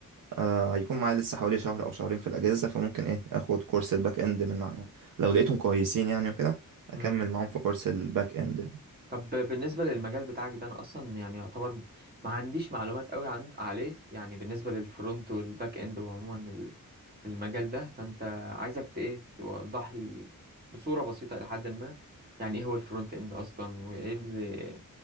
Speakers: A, on the right; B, on the right.
A: آه هيكون معايا لسه حوالي شهر او شهرين في الاجازه فممكن ايه اخد كورس الباك اند من ع- لو لقيتهم كويسين يعني وكده اكمل
B: امم
A: معاهم في كورس الباك اند
B: طب بالنسبة للمجال بتاعك ده أنا أصلا يعني يعتبر ما عنديش معلومات قوي عن عليه يعني بالنسبة للفرونت والباك إند وعموما ال- المجال ده فأنت عايزك ت- إيه توضح لي بصورة بسيطة إلى حد ما يعني إيه هو الفرونت إند أصلا وإيه اللي